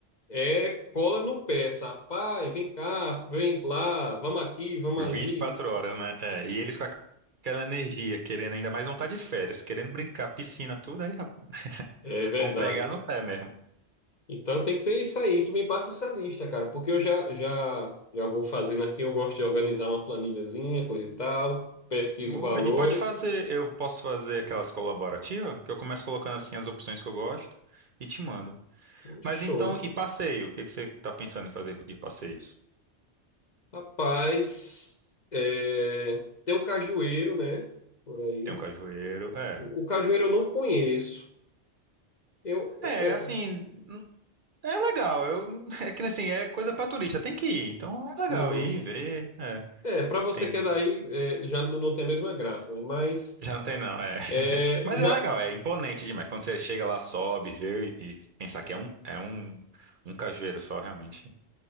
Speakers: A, on the left; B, on the right.
A: é cola no pé, sabe? Pai, vem cá, vem lá, vamos aqui, vamos ali.
B: vinte e quatro horas, né? É, e eles com aquela energia, querendo ainda mais vontade de férias, querendo brincar, piscina, tudo aí, rapaz,
A: É verdade.
B: vão pegar no pé mesmo.
A: Então tem que ter isso aí. Tu me passa essa lista, cara, porque eu já, já, já vou fazendo aqui. Eu gosto de organizar uma planilhazinha, coisa e tal. Pesquiso
B: Boa,
A: valores.
B: a gente pode fazer, eu posso fazer aquelas colaborativas, que eu começo colocando assim as opções que eu gosto e te mando.
A: Um Show.
B: Mas então, e passeio? O que que você tá pensando em fazer de passeios?
A: Rapaz, é, tem um cajueiro, né? Por aí.
B: Tem um cajueiro, é.
A: O o cajueiro eu não conheço. Eu,
B: É,
A: eu-
B: assim, é legal. Eu, <laughs> é que assim, é coisa pra turista, tem que ir. Então é legal
A: Uhum.
B: ir, ver, é.
A: É, para você
B: tem.
A: que é daí, é, já não, não tem a mesma graça, né? Mas
B: Já não tem, não, é. <laughs>
A: é,
B: Mas
A: já
B: é legal, é imponente demais. Quando você chega lá, sobe, vê e, e pensar que é um, é um, um cajueiro só, realmente.